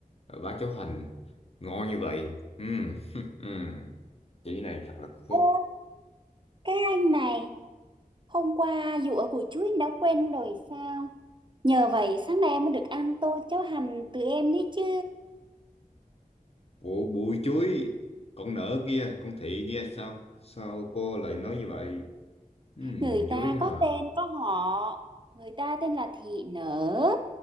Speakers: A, on the left; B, on the right.
A: bá cháo hành ngon như vậy. Ừ, <laughs> ừ. Chí này thật là có phúc.
B: Ô, cái anh này, hôm qua dù ở buổi trưa anh đã quên rồi sao? Nhờ vậy sáng nay em mới được ăn tô cháo hành từ em đấy chứ.
A: Ủa, bụi chuối, con nợ kia, con thị kia sao? Sao cô lại nói như vậy? Ừ,
B: Người
A: bụi
B: ta
A: chuối
B: có
A: à?
B: tên có họ, người ta tên là Thị Nở,